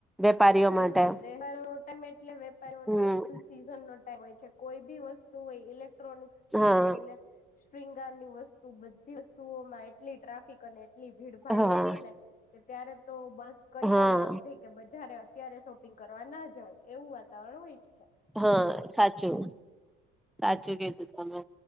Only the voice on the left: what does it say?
હમ
તહેવાર ઓટામે એટલે. ફ
સીઝન ન. હોય છે કોઈ બી વસ્તુ હોય ઇલે્ટ. ્ટ્રોનિકસ થી
લઈને. શુગારની વસ્તુ બધી વસ્તુઓમાં એટલી ટ્રાફિક અને. કેટલી ભીડભાડ
હોય છે ને કે. ત્યારે તો. બસ કંટાળો
આવી જાય કે બધ. અત્યારે શોપિંગ કરવા ના જ હોય એવું વાતાવરણ હોય. છે.